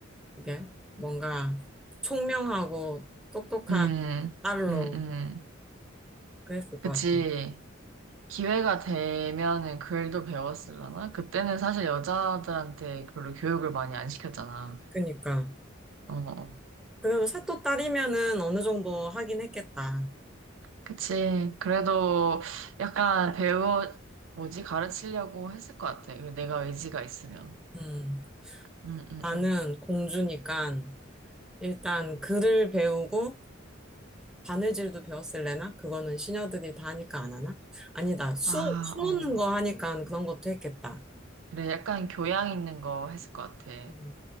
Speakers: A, in the centre; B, on the right (about 70°).
A: 그게 뭔가 총명하고 똑똑한
B: 음,
A: 딸로
B: 음, 음.
A: 그랬을 것
B: 그치.
A: 같아요.
B: 기회가 되면은 글도 배웠을려나 그때는 사실 여자들한테 별로 교육을 많이 안 시켰잖아.
A: 그니까.
B: 어, 어. 어.
A: 그래도 사또 딸이면은 어느 정도 하긴 했겠다.
B: 그치. 그래도 약간 배우, 뭐지, 가르치려고 했을 것 같아. 내가 의지가 있으면.
A: 음.
B: 응, 응,
A: 나는
B: 응.
A: 공주니까 일단 글을 배우고 바느질도 배웠을래나? 그거는 시녀들이 다 하니까 안 하나? 아니다. 수,
B: 아,
A: 수 놓는
B: 어.
A: 거 하니까 그런 것도 했겠다.
B: 그래, 약간 교양 있는 거 했을 것 같아.
A: 음.